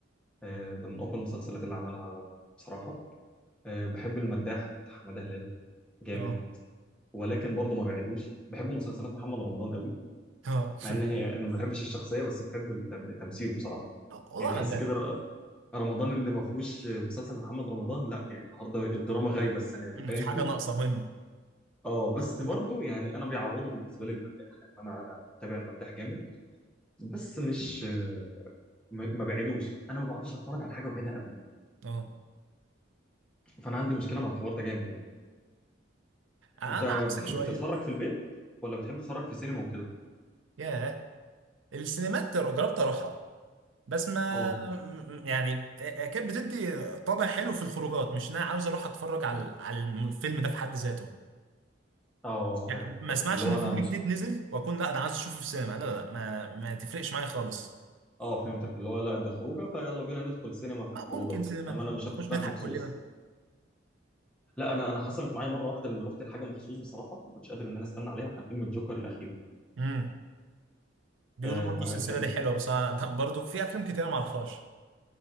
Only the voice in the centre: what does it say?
آه، ده من اقوى المسلسلات اللي عملها بصراحه آه، بحب المداح بتاع حماده هلال جامد
ولكن برضه ما بعدوش بحب مسلسلات محمد رمضان قوي
مع ان هي انا ما بحبش الشخصيه بس بحب التم- التمثيل بصراحه
يعني
تحس كده ر- رمضان اللي ما فيهوش مسلسل محمد رمضان لا يعني النهارده الدراما غايبه السنه دي
اه بس
برضو يعني انا بيعوضه بالنسبه لي المداح لان انا انا متابع المداح جامد بس مش م- ما بعيدوش انا ما بعرفش اتفرج على حاجه واعيدها ابدا
فانا عندي مشكله مع الحوار ده جامد يعني
انت
بتحب
تتفرج في البيت ولا بتحب تتفرج في سينما وكده
اه
اه اه
فاهم
فاهم.
اللي هو
انا
مش
اه فهمتك اللي هو لا ده خروجه فيلا بينا ندخل سينما في
الخروجه
وكده
انما انا مش
رايح
مخصوص
لا انا انا حصلت معايا مره واحده اللي رحت لحاجه مخصوص بصراحه ما كنتش قادر ان انا استنى عليها وكان فيلم الجوكر الاخير
آه
ما
كان